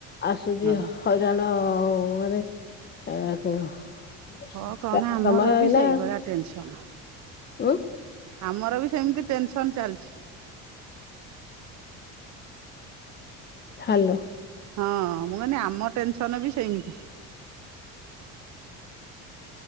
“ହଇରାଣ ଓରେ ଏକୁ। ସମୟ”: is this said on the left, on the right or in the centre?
Left